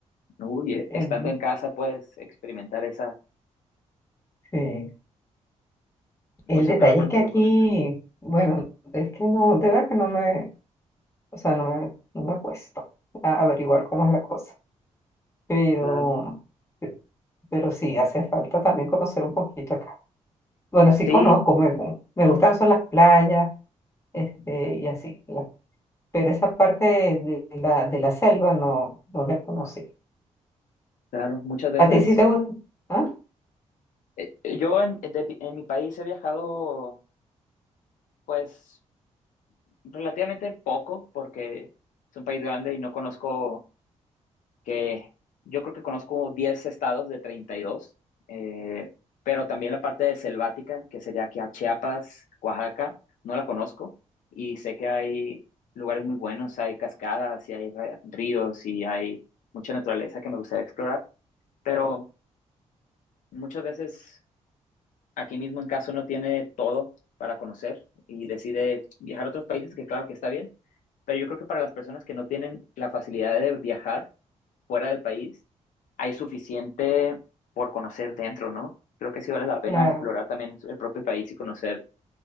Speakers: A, on the left; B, on the left.
A: Uy, eh,
B: En-
A: estando en casa puedes experimentar esa,
B: sí. El
A: pues
B: detalle
A: ojalá pronto
B: es que aquí,
A: lo conozcas.
B: bueno, es que no, de verdad que no me, o sea, no me, no me he puesto a averiguar cómo es la cosa, pero,
A: Claro.
B: pe- pero sí, hace falta también conocer un poquito acá. Bueno, sí
A: Sí,
B: conozco, me, gu- me gustan son las playas, este,
A: ujú,
B: y así, las. pero esa parte de, de la, de la selva no, no la conocí.
A: claro. Muchas veces,
B: ¿A ti sí te gusta? ¿Ah?
A: eh, eh, yo en, de- en mi país he viajado, pues, relativamente poco, porque es un país grande y no conozco que yo creo que conozco 10 estados de 32, eh, pero también la parte de selvática, que sería aquí a Chiapas, Oaxaca, no la conozco y sé que hay lugares muy buenos, hay cascadas y hay ra- ríos y hay mucha naturaleza que me gustaría explorar, pero muchas veces aquí mismo en casa uno tiene todo para conocer y decide viajar a otros países, que claro que está bien, pero yo creo que para las personas que no tienen la facilidad de viajar, fuera del país, hay suficiente por conocer dentro, ¿no? Creo que sí vale la pena
B: Claro,
A: explorar también el propio país y conocer